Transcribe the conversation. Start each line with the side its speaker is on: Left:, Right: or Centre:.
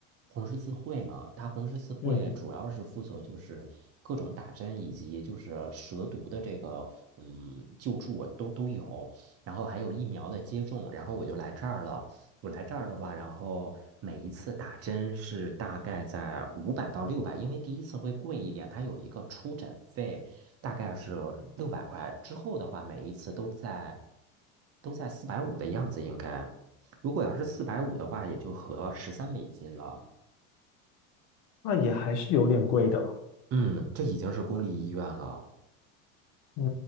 Right: 红十字会嘛？它红十字会主要是负责就是各种打针以及就是蛇毒的这个嗯救助都都有，
Left: 嗯，
Right: 然后还有疫苗的接种。然后我就来这儿了。我来这儿的话，然后每一次打针是大概在五百到六百，因为第一次会贵一点，它有一个出诊费，大概是六百块。之后的话，每一次都在都在四百五的样子，应该。如果要是四百五的话，也就合十三美金了。
Left: 那也还是有点贵的。
Right: 嗯，这已经是公立医院了。
Left: 嗯，